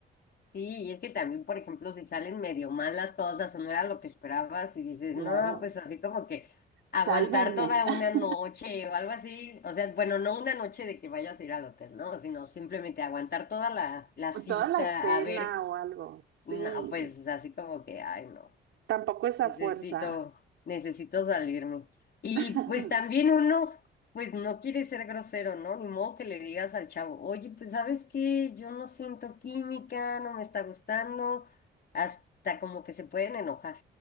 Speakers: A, on the left; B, on the right.
A: Sí, y es que también, por ejemplo, si salen medio mal las cosas o no era lo que esperabas y dices,
B: Claro,
A: no, pues así como que
B: sálvenme.
A: aguantar toda una
B: <laughs>
A: noche o algo así, o sea, bueno, no una noche de que vayas a ir al hotel, ¿no? Sino simplemente aguantar toda la, la cita,
B: Toda la cena
A: a ver,
B: o algo. Sí,
A: no, pues así como que, ay, no.
B: tampoco esa
A: Necesito,
B: fuerza.
A: necesito salirme. Y
B: <laughs>
A: pues también uno, pues no quiere ser grosero, ¿no? Ni modo que le digas al chavo, oye, pues sabes qué, yo no siento química, no me está gustando, hasta como que se pueden enojar.